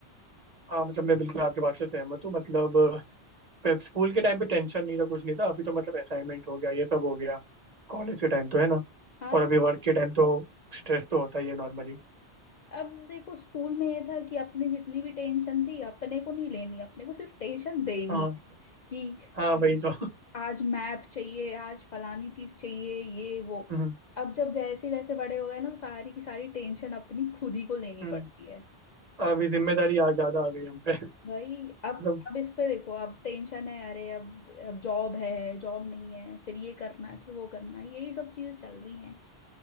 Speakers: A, on the right (about 35°); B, on the left (about 55°).
A: हाँ मतलब मैं बिल्कुल आपकी बात से सहमत हूँ मतलब पे- स्कूल के टाइम पे टेंशन नहीं था कुछ नहीं था अभी तो मतलब असाइनमेंट हो गया ये सब हो गया कॉलेज के टाइम तो है ना
B: हाँ
A: और अभी वर्क के टाइम तो स्ट्रेस तो होता ही है नॉर्मली
B: अब देखो स्कूल में ये था कि अपनी जितनी भी टेंशन थी अपने को नहीं लेनी अपने को सिर्फ टेंशन देनी
A: हाँ
B: है कि
A: हाँ वही
B: आज
A: तो <laughs>
B: आज मैप चाहिए आज फलानी चीज चाहिए ये वो
A: हम्म
B: अब जब जैसे जैसे बड़े हो गए ना तो सारी की सारी टेंशन अपनी खुद ही को लेनी
A: हम्म।
B: पड़ती है
A: अभी जिम्मेदारी आ ज्यादा आ गई हम पे <laughs>
B: भाई
A: मतलब
B: अब अब इस पे देखो अब टेंशन है अरे अब अब जॉब है जॉब नहीं है फिर ये करना है फिर वो करना है यही सब चीजें चल रही हैं